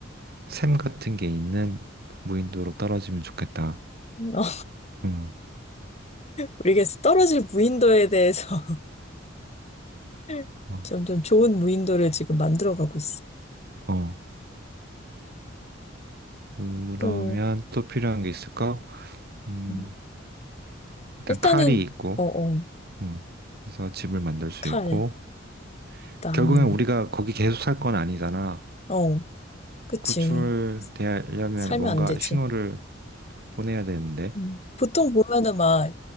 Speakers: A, on the right (about 55°); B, on the left (about 35°).
A: 샘 같은 게 있는 무인도로 떨어지면 좋겠다.
B: 어,
A: 음,
B: 우리가 떨어질 무인도에 대해서 <laughs>
A: 어,
B: 점점 좋은 무인도를 지금 만들어가고 있어.
A: 어. 그러면
B: 또
A: 또 필요한 게 있을까? 음,
B: 음,
A: 일단
B: 일단은
A: 칼이 있고,
B: 어어
A: 음, 그래서 집을 만들 수
B: 칼,
A: 있고,
B: 나무,
A: 결국엔 우리가 거기 계속 살 건 아니잖아.
B: 어 그치
A: 구출되려면
B: 살면
A: 뭔가
B: 안 되지.
A: 신호를 보내야 되는데.
B: 음. 보통 보면은 막